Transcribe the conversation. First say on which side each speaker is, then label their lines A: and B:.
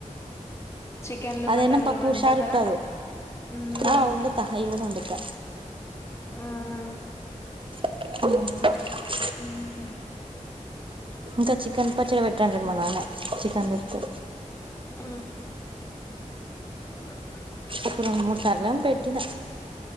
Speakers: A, on the left; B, on the right.
A: చికెన్లు
B: అదైనా
A: మటన్లు
B: పప్పు
A: వంటదర
B: హుషారు కాదు
A: ఉహు
B: ఆ వండుతా అవి కూడా వండుతా
A: అవున
B: ఉమ్
A: ఉహు
B: ఇంకా చికెన్ పచ్చడి పెట్టంట్ర మా నాన్న చికెన్ తెత్తే
A: ఉ ఉ
B: ఒక రెండు మూడు సార్లెం పెట్టిన